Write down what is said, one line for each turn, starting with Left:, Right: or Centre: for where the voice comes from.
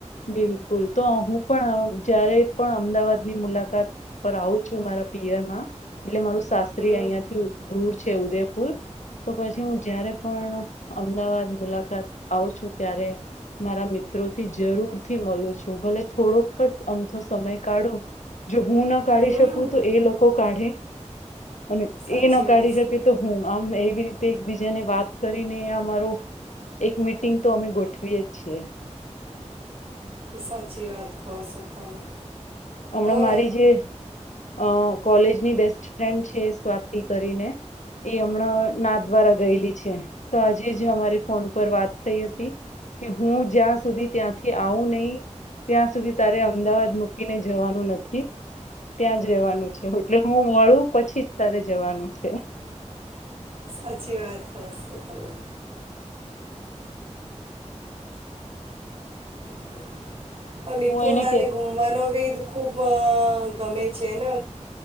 Left: બિલકુલ તો હું પણ અહ જયારે પણ અમદાવાદની મુલાકાત પર આવું છું મારા પિયરમાં એટલે મારું સાસરી
Right: હમ
Left: આઈયાથી દૂર છે ઉદેપુર. તો પછી હું જયારે પણ અમદાવાદ મુલાકાત આવું છું ત્યારે મારા મિત્રોથીજ જરૂરથી મલુ છું ભલે થોડોક જ અમથો સમય કાઢું જો હું ના કાઢી
Right: હમ
Left: શકું તો એ લોકો કાઢે. અને
Right: સાચી
Left: એ ના કાઢી
Right: વાત છે
Left: શકે તો હું આમ એવી રીત તે એકબીજાને વાત કરીને અમારો એક મીટિંગ તો અમે ગોઠવીએ છીએ.
Right: એ સાચી વાત કહો સો તમે.
Left: અમણાં
Right: ઓર
Left: મારી જે અહ કોલેજની બેસ્ટ ફ્રેન્ડ છે સ્વાતી કરીને એ હમણાં નાથ દ્વારા ગયેલી છે. તો આજે જ અમારી ફોન પર વાત થઈ હતી. કે હું જ્યાં સુધી ત્યાંથી આવું નહી ત્યાં સુધી તારે અમદાવાદ મુ કીને જવાનું નથી ત્યાં જ રહેવાનું છે. એટલે હું મળું પછી જ તારે જવાનું છે.
Right: સાચી વાત કહો સો તમે. <inaudible> મિત્રો
Left: હું એને
Right: લને
Left: કે
Right: ગુમવાનો બી ખૂબ ગમે છે ને